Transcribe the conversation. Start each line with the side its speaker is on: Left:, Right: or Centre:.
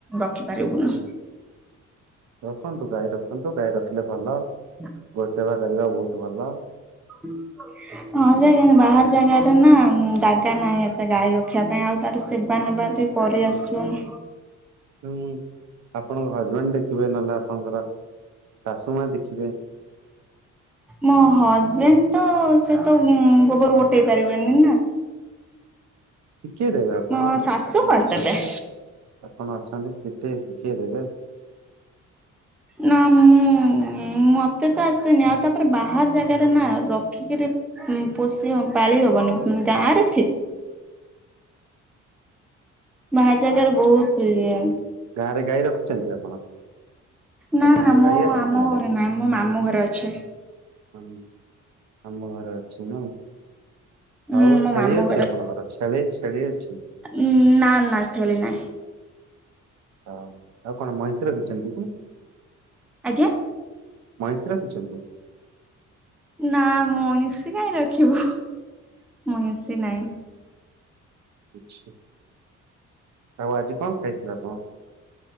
Centre: ରଖିପାରିବୁନୁ।
Right: ରଖନ୍ତୁ ଗାଈ ରଖନ୍ତୁ ଗାଈ ରଖିଲେ ଭଲ।
Centre: ହଁ। <inaudible>
Right: ଗୋ ସେବା କରିବା ବୋହୁତ ଭଲ।
Centre: <unintelligible> ହଁ ଯେ କିନ୍ତୁ ବାହାର ଜାଗାରେ ନା ଜାଗା ନାହିଁ ଏତେ ଗାଈ ରଖିବା ପାଇଁ ଆଉ ତାର ସେବା ନବା ବି କରି ଆସିବନି।
Right: ହୁଁ ଆପଣଙ୍କ ହଜବେଣ୍ଡ ଦେଖିବେ ନହେଲେ ଆପଣଙ୍କର ଶାଶୁ ମା ଦେଖିବେ।
Centre: ମୋ ହଜବେଣ୍ଡ ତ ସେତ ଉଁ ଗୋବର ଗୋଟେଇ ପାରିବେନି ନା।
Right: ଶିଖେଇ ଦେବେ ଆପଣ
Centre: ମୋ ଶାଶୁ
Right: ଆପଣ
Centre: କରିଦେବେ।
Right: ଅଛନ୍ତି ଆପଣ ଅଛନ୍ତି ଶିକେଇ ଶିଖେଇ ଦେବେ।
Centre: ନାଁ ମୁଁ ଉଁ ମତେ ତ ଆସେନି ଆଉ ତାପରେ ବାହାର ଜାଗାରେ ନା ରଖିକିରି ହୁଁ ପୋଷି ହ ପାଳି ହବନି ଗାଁରେ ଠିକ୍। ବାହାର ଜାଗାରେ ବୋହୁତ ଇଏ।
Right: ଗାଁରେ ଗାଈ ରଖିଚନ୍ତି ଆପଣ?
Centre: ନା
Right: ଆପଣଙ୍କ
Centre: ନା ମୋ
Right: ଗାଈ ଅଛି
Centre: ଆମ
Right: ଗାଁ
Centre: ଘରେ
Right: ରେ?
Centre: ନାହିଁ ମୋ ମାମୁଁ ଘରେ ଅଛି।
Right: ହଁ ମାମୁଁ ଘରେ ଅଛି ନାଇ
Centre: ହୁଁ
Right: ଆଉ
Centre: ମୋ
Right: ଛେଳି
Centre: ମାମୁଁ
Right: ଅଛି ଆପଣଙ୍କର? ଛେଳି ଛେଳି ଅଛି?
Centre: ଉଁ ନା ନା ଛେଳି ନାହିଁ।
Right: ଆଉ ଆଉ କଣ ମଇଁଷି ରଖିଚନ୍ତି କି?
Centre: ଆଜ୍ଞା।
Right: ମଇଁଷି ରଖିଛନ୍ତି?
Centre: ନାଁ ମଇଁଷି କାଇଁ ରଖିବୁ <unintelligible> ମଇଁଷି ନାଇଁ।
Right: କିଛି <unintelligible> ଆଉ ଆଜି କଣ ଖାଇଥିଲ ଆପଣ?